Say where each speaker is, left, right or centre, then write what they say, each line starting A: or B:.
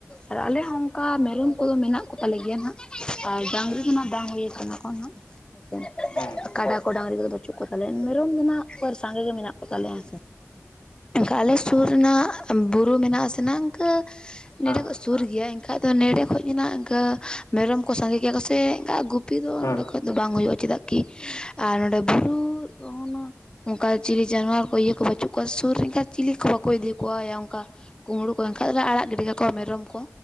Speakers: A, on the left (about 15°); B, on the left (about 85°).
A: ᱟᱨ ᱟᱞᱮ ᱦᱚᱸ ᱚᱱᱠᱟ ᱢᱮᱨᱚᱢ ᱠᱚᱫᱚ ᱢᱮᱱᱟᱜ ᱠᱚ ᱛᱟᱞᱮ ᱜᱮᱭᱟ ᱱᱟᱦᱟᱜ ᱟᱨ ᱰᱟᱝᱨᱤ ᱫᱚ ᱱᱟᱜ ᱵᱟᱝ ᱦᱩᱭᱩ ᱟᱠᱟᱱᱟ ᱠᱚ ᱱᱟᱜ᱾ ᱦᱮᱸᱥᱮ
B: ᱱᱟᱯᱟᱭ
A: ᱠᱟᱰᱟ ᱠᱚ ᱰᱟᱹᱟᱝᱨᱤ ᱠᱚᱫᱚ ᱵᱟᱹᱪᱩᱜ ᱠᱚ ᱛᱟᱞᱮᱭᱟ ᱢᱮᱨᱚᱢ ᱫᱚ ᱱᱟᱜ ᱟᱨ ᱥᱟᱸᱜᱮ ᱜᱮ ᱢᱮᱱᱟᱜ ᱠᱚᱣᱟ᱾ ᱮᱱᱠᱷᱟᱱ ᱟᱞᱮ ᱥᱩᱨ ᱨᱮᱱᱟᱜ ᱵᱩᱨᱩ ᱢᱮᱱᱟᱜ ᱟᱥᱮ ᱤᱱᱠᱟᱹ
B: ᱦᱮᱸ
A: ᱱᱚᱸᱰᱮ ᱠᱷᱚᱡ ᱥᱩᱨ ᱜᱮᱭᱟ ᱮᱱᱠᱷᱟᱡ ᱫᱚ ᱱᱚᱸᱰᱮ ᱠᱷᱚᱱ ᱥᱩᱨ ᱜᱮᱭᱟ ᱮᱱᱠᱷᱟᱡ ᱫᱚ ᱟᱸᱜ ᱤᱱᱠᱟᱹ ᱢᱮᱨᱚᱢ ᱠᱚ ᱥᱟᱸᱜᱮ ᱜᱮᱭᱟ ᱠᱚ ᱥᱮ ᱮᱱᱠᱟ ᱜᱩᱯ ᱜᱩᱯᱤ ᱫᱚ
B: ᱦᱮᱸ
A: ᱱᱚᱸᱰᱮ ᱠᱷᱚᱡ ᱫᱚ ᱵᱟᱝ ᱦᱩᱭᱩᱜ-ᱟ ᱪᱮᱫᱟᱜ ᱠᱤ ᱟᱨ ᱱᱚᱸᱰᱮ ᱵᱩᱨᱩ ᱚᱱᱟ ᱚᱱᱠᱟ ᱪᱤᱞᱤ ᱡᱟᱱᱣᱟᱨ ᱠᱚ ᱤᱭᱟᱹ ᱠᱚ ᱵᱟᱹᱪᱩᱜ ᱠᱚᱣᱟ ᱥᱩᱨ ᱨᱮᱱᱠᱷᱟᱱ ᱪᱤᱞᱤ ᱠᱚ ᱵᱟᱠᱚ ᱤᱫᱤ ᱠᱚᱣᱟ ᱚᱱᱠᱟ ᱠᱩᱸᱢᱵᱲᱩ ᱠᱚ ᱮᱠᱷᱟᱱ ᱫᱚ ᱟᱲᱟᱜ ᱜᱤᱰᱤ ᱠᱟᱠᱚ ᱠᱚ ᱢᱮᱨᱚᱢ ᱠᱚ